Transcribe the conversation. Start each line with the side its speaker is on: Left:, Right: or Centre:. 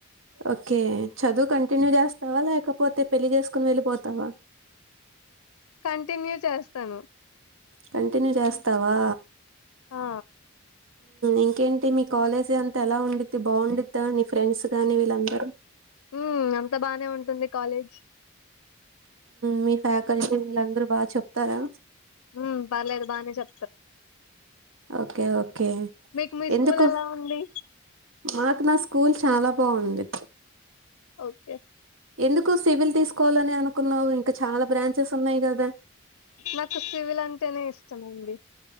Right: ఓకే చదువు కంటిన్యూ చేస్తావా లేకపోతే పెళ్ళి చేసుకుని వెళ్ళిపోతావా
Left: కంటిన్యూ చేస్తాను
Right: కంటిన్యూ చేస్తావా
Left: ఆ
Right: ఇంకేంటి మీ కాలేజీ అంతా ఎలా ఉండిది బాగుంద్దా నీ ఫ్రెండ్స్ గాని వీళ్ళందరూ
Left: ఉమ్ అంత బాగానే ఉంటుంది కాలేజ్
Right: మీ ఫ్యాకల్టీ వీళ్ళందరూ బాగా చెప్తారా
Left: ఉ పర్లేదు బాగానే చెప్తారు
Right: ఓకే ఓకే
Left: మీకు మీ
Right: ఎందుకు
Left: స్కూల్ ఎలా ఉంది
Right: మాకు నా స్కూల్ చాలా బావుంది
Left: ఓకే
Right: ఎందుకు సివిల్ తీసుకోవాలని అనుకున్నావు ఇంకా చాలా బ్రాంచెస్ ఉన్నాయి కదా
Left: నాకు సివిల్ అంటేనే ఇష్టం ఉంది